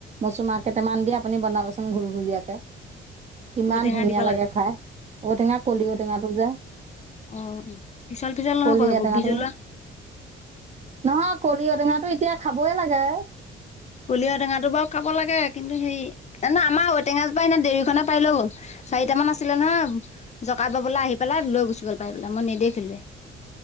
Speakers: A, on the right; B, on the left.
A: মচুমা কেইটামান দি আপুনি বনাবচোন ঘূুৰ ঘূৰিয়াকে
B: <unintelligible>
A: কিমান
B: ঔটেঙা
A: ধুনীয়া
B: দিব
A: লাগে খাই ঔটেঙা কলি ঔটেঙাটো যে <inaudible>
B: অ পিচাল পিছাল নহ'ব
A: কলি
B: সেইবোৰ
A: ঔটেঙাটো
B: বিজলোৱা
A: নহয় কলি ঔ টেঙাটো এতিয়া খাবই লাগে
B: কলিয়হৰ টেঙাটো বাৰু খাব লাগে কিন্তু হেৰি এ আমাৰ ঔটেঙাপ পৰা এ দেৰীখনে পাৰি লৈ গ'ল চাৰিটা মান আছিলে নহয় জকাই বাবলৈ আহি পেলাই লৈ গুছি গল পাই পেলা মইন দেখিলে <inaudible>